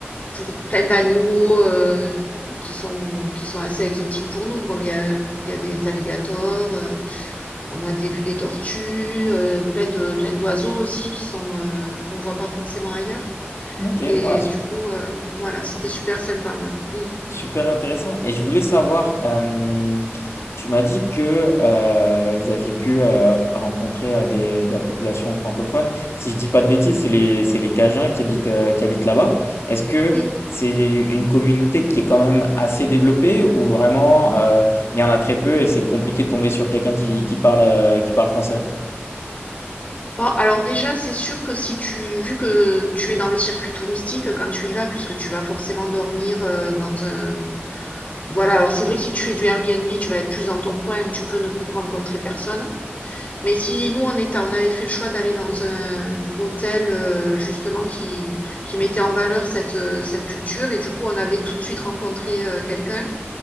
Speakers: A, on the left (about 35°); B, on the left (about 75°).
A: pour plein d'animaux, heu, qui sont qui sont assez exotiques pour nous, comme il y a il y a des alligators, heu on a des vues des tortues, euh, plein de plein d'oiseaux aussi qui sont euh, qu'on voit pas forcément ailleurs.
B: Ok,
A: Et
B: ouais, su-
A: du coup, euh, voilà, c'était super sympa, ouais. Mm.
B: super intéressant. Et je voulais savoir, euh, tu m'as dit que euh, vous aviez pu euh, rencontrer euh, des- de la population francophone. Si je dis pas de bêtises, c'est les, c'est les Cajuns qui habitent, euh, qui habitent là-bas. Est-ce que
A: Oui.
B: c'est une communauté qui est quand même assez développée ou vraiment euh, il y en a très peu et c'est compliqué de tomber sur quelqu'un qui, qui parle, euh, qui parle français?
A: Bon, alors déjà, c'est sûr que si tu, vu que tu es dans le circuit touristique quand tu y vas, puisque tu vas forcément dormir euh, dans un, voilà. Alors c'est vrai que si tu fais du Airbnb, tu vas être plus dans ton coin, tu peux ne rencontrer personne. Mais si nous on était, on avait fait le choix d'aller dans un hôtel euh, justement qui, qui mettait en valeur cette, euh, cette culture et du coup on avait tout de suite rencontré euh, quelqu'un